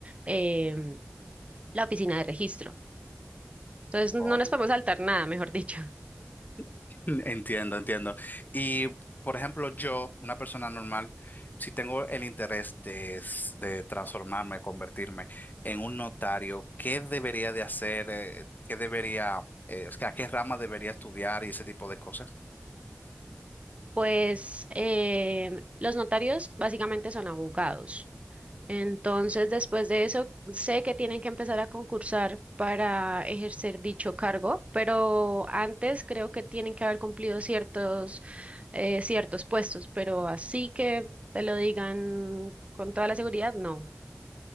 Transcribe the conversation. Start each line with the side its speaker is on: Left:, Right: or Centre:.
Right: em, la oficina de registro. Entonces, no
Left: Oh.
Right: nos podemos saltar nada, mejor dicho.
Left: <laughs> Entiendo, entiendo. Y, por ejemplo, yo, una persona normal, si tengo el interés de, s- de transformarme, convertirme en un notario, ¿qué debería de hacer? eh, ¿Qué debería, eh, o sea, qué rama debería estudiar y ese tipo de cosas?
Right: Pues em, los notarios básicamente son abogados. Entonces, después de eso, sé que tienen que empezar a concursar para ejercer dicho cargo, pero antes creo que tienen que haber cumplido ciertos, eh, ciertos puestos, pero así que te lo digan con toda la seguridad, no.